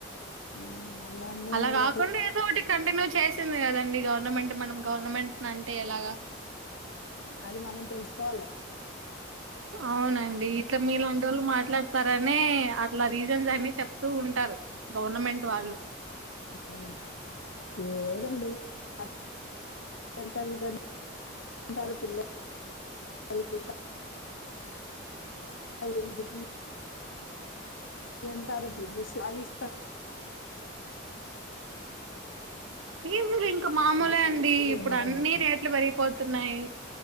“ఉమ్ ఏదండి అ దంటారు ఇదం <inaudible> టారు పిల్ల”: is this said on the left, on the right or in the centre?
Left